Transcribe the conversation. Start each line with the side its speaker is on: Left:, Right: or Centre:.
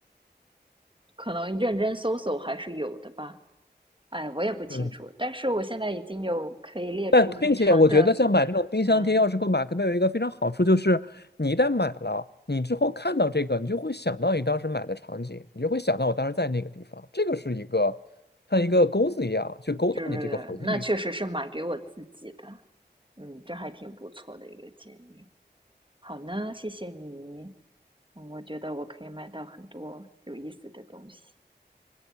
Right: 可能认真搜搜还是有的吧。哎，我也不清楚，
Left: 嗯。
Right: 但是我现在已经有可以列出很长的，
Left: 但并且我觉得像买这种冰箱贴、
Right: 嗯
Left: 钥匙扣、马克杯有一个非常好处，就是你一旦买了，你之后看到这个，你就会想到你当时买的场景，你就会想到我当时在那个地方，这个是一个像一个钩子一样去勾到你这个回忆。
Right: 嗯，就是那确实是买给我自己的。嗯，这还挺不错的一个建议。好呢，谢谢你。嗯，我觉得我可以买到很多有意思的东西。